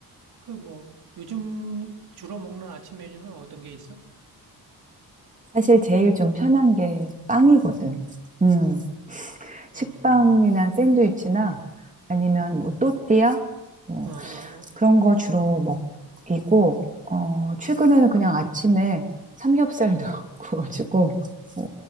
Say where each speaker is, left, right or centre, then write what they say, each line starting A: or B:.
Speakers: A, on the right; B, on the right.
A: 그 뭐, 요즘 주로 먹는 아침 메뉴는 어떤 게 있어?
B: 사실 제일 좀 편한 게 빵이거든. 음.
A: 어,
B: 식빵이나
A: 어,
B: 샌드위치나 아니면 뭐 또띠아 뭐
A: 어, 어, 어,
B: 그런 거 주로 먹이고 어,
A: 어.
B: 최근에는 그냥 아침에 삼겹살도 <laughs> 구워주고 어,